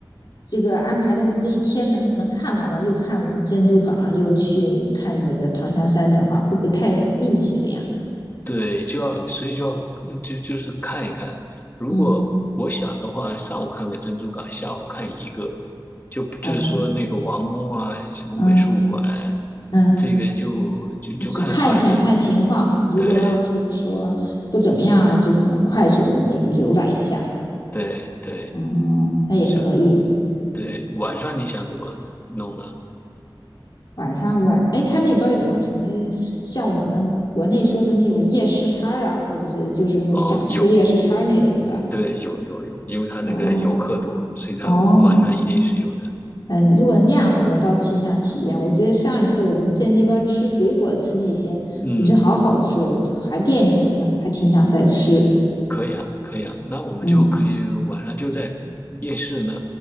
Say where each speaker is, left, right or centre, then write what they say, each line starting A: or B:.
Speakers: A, on the left; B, on the left.
A: 这个安排的这一天能能看完吗？又看我们珍珠港啊，又去看那个唐香山的话，会不会太密集了呀？
B: 对，就要，所以就要，呃就就是看一看。如果我想的话，
A: 嗯，
B: 上午看个珍珠港，下午看一个，就就是说那个王宫啊，
A: 呃，
B: 什么美术馆，
A: 嗯嗯，
B: 这个就就就看二者。
A: 就看一看看情况，如果要是说不怎么样啊，
B: 对
A: 就可能快速的那个浏览一下，
B: 对对，
A: 嗯，那也可以。
B: 是，对。晚上你想怎么弄呢？
A: 晚上晚，哎，他那边有没有什么像我们国内说的那种夜市摊儿啊，或者是就是那种小吃夜市摊儿那种的？
B: 哦，有，对，有有有，因为他那个游客多，
A: 哦
B: 所以他晚上一定是有的。
A: 哦，嗯，如果那样，我倒挺想体验。我觉得上一次我们在那边吃水果吃那些，
B: 嗯。
A: 我觉得好好吃哦，我还惦记着呢，还挺想再吃。
B: 可以啊，可以啊，那我们就可以晚上就在夜市呢
A: 嗯